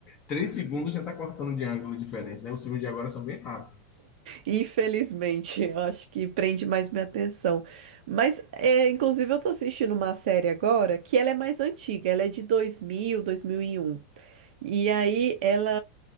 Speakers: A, on the left; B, on the right.
A: 3 segundos já tá cortando de ângulo diferente, né? Os filmes de agora são bem rápidos.
B: Infelizmente, <laughs> eu acho que prende mais minha atenção. Mas, é, inclusive, eu tô assistindo uma série agora que ela é mais antiga, ela é de 2000, 2001. E um. E aí ela